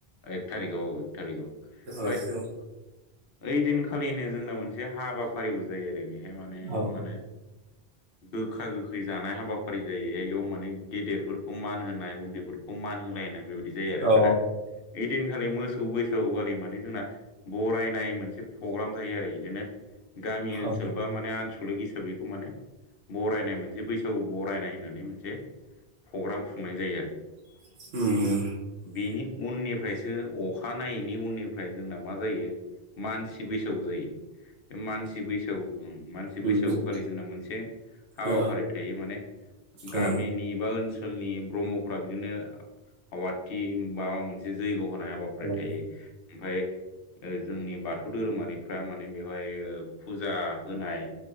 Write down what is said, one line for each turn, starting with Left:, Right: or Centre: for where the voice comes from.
Left: एक थारिखआव एक थारिखआव
Right: औ
Left: बायद।
Right: एक थारिखआव
Left: ओइ दिनखालिनो जोंना मोनसे हाबाफारिबो जायो आरो बेहाय माने
Right: औ
Left: मानो। गोखा गोखै जानाय हाबाफारि जायो इयाव माने गेदेरफोरखौ मान होनो--। नाय उन्दैफोरखौ मान होलायनाय बेबादि जायो
Right: औ
Left: आरो बै दिनखालि मोसौ बैस--। खौवालि माने जोंना बरायनाय मोनसे फग्राम जायो आरो इदिनो। गामि ओनसोल
Right: औ
Left: बा माने आनसलिक हिसाबै। माने बरायनाय मोनसे बैसागु बरायनाय होननानै मोनसे। फग्राम खुंनाय जायो आरो।
Right: उम।
Left: बिनि उननिफ्रायसो अखा। खानायैनि उननिफ्राय जोंना मा जायो मानसि बैसागु जायो। बे मानसि बैसागु मानसि बैसागु
Right: उम उम
Left: खालि जोंना मोनसे। हाबाफारि
Right: औ
Left: थायो माने गामिनि
Right: औ
Left: बा ओनसो--। ओनसोलनि ब्रह्मफोरा बिदिनो आवाथि माबा मोनसे जैग' होनाय। राय
Right: औ
Left: थायो ओमफाय जोंनि बाथौ धोरोमारिफ्रा माने। नो बेवहाय ओ फुजा होनाय।